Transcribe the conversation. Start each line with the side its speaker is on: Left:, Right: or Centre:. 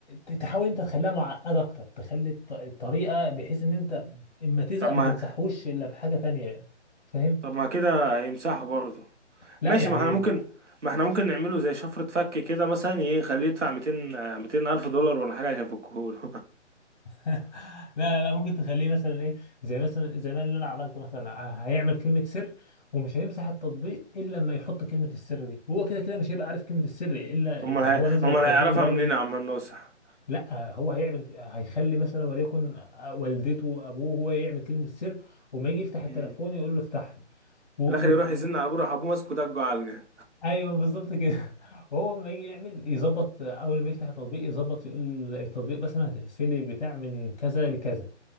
Left: ت- تحاول انت تخليها معقده اكتر تخلي الط- الطريقه بحيث ان انت اما تزهق
Right: طب ما
Left: ما تمسحوش الا بحاجه تانية فاهم
Right: طب ما كده هيمسحه برضو
Left: لا
Right: ماشي
Left: يعني
Right: ما احنا ممكن ما احنا ممكن نعمله زي شفرة فك كده مثلا ايه يخليه يدفع 200 آه، 200 ألف دولار ولا حاجة عشان يفكهوله
Left: لا لا لا ممكن تخليه مثلا ايه زي مثلا زي ما اللي انا عملته مثلا آه، هيعمل كلمة سر ومش هيمسح التطبيق الا لما يحط كلمة السر دي وهو كده كده مش هيبقى عارف كلمة السر الا
Right: <laughs> امال
Left: طب
Right: هي...
Left: هو نزل
Right: امال
Left: التطبيق
Right: هيعرفها
Left: من الاول
Right: منين يا عم الناصح
Left: لا هو هيعمل هيخلي مثلا وليكن آه، والدته ابوه هو يعمل كلمة السر وما يجي يفتح التليفون
Right: مم.
Left: يقول له افتح لي و... و...
Right: في الآخر يروح
Left: و...
Right: يزن على أبوه راح أبوه ماسكه دجه علقة
Left: ايوه بالظبط كده <laughs> وهو لما يجي يعمل يظبط آه، اول ما يفتح التطبيق يظبط يقول التطبيق مثلا هتقفل لي البتاع من كذا لكذا